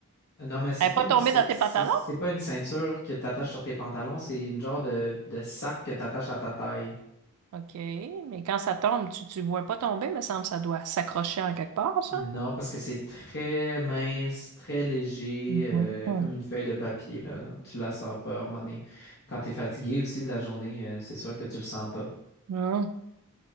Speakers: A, on the left; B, on the right.
A: Non, mais c'est
B: Elle n'est
A: pas
B: pas
A: une,
B: tombée
A: c'est
B: dans tes
A: c'est-
B: pantalons?
A: c'est pas une ceinture que t'attaches sur tes pantalons, c'est une genre de, de sac que t'attaches à ta taille.
B: OK, mais quand ça tombe, tu ne vois pas tomber, me semble, ça doit s'accrocher en quelque part, ça.
A: Non, parce que c'est très mince, très léger,
B: Mhm.
A: euh, comme une feuille de papier, là. Tu la sens pas, à un moment donné. Quand t'es fatigué aussi de la journée, euh, c'est sûr que tu le sens pas.
B: Mhm.